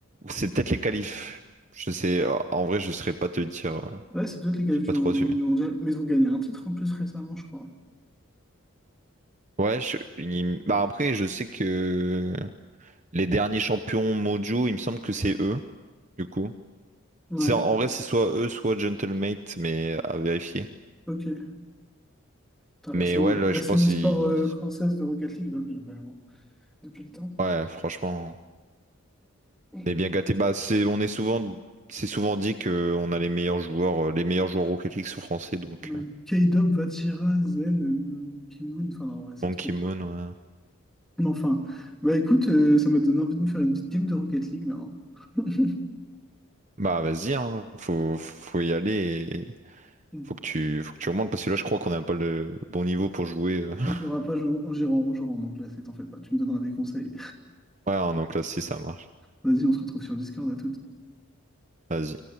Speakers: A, on the right (about 35°); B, in the centre.
A: C'est peut-être les qualifs. Je sais, en vrai, je saurais pas te dire. euh,
B: Ouais, c'est peut-être les gaffes
A: J'ai
B: du,
A: pas
B: monde-
A: trop suivi.
B: du mondial, mais ils ont gagné un titre en plus récemment, je crois.
A: Ouais, je- il- bah après, je sais que les derniers champions mondiaux, il me semble que c'est eux, du coup.
B: Ouais,
A: C'est, en vrai, c'est soit eux, soit Gentlemate, mais à vérifier.
B: ok. Putain, la
A: Mais
B: scène,
A: ouais, là,
B: la
A: je
B: scène
A: pense,
B: e-sport
A: il...
B: euh, française de Rocket League va bien, vraiment, depuis le temps.
A: ouais, franchement,
B: <laughs>
A: on est bien gâtés. Bah, c'est, on est souvent, c'est souvent dit que on a les meilleurs joueurs, euh, les meilleurs joueurs Rocket League sont français, donc
B: Ouais,
A: euh,
B: K-Dub, Vatira, Zen, euh, Kim Moon, enfin non, ouais, c'est
A: Monkey
B: trop.
A: Moon, ouais.
B: Mais enfin, bah écoute, euh, ça m'a donné envie de me faire une petite game de Rocket League là. hein. <laughs>
A: Bah, vas-y, hein, faut, faut y aller.
B: On
A: Faut que tu, faut que tu remontes parce que là, je crois qu'on n'a pas le bon niveau pour jouer. euh. <laughs>
B: on pourra pas jouer en en gérant en jouant, donc là, c'est t'en fais pas, tu me donneras des conseils.
A: Ouais, en classe si ça marche.
B: Vas-y, on se retrouve sur Discord à tout.
A: Vas-y.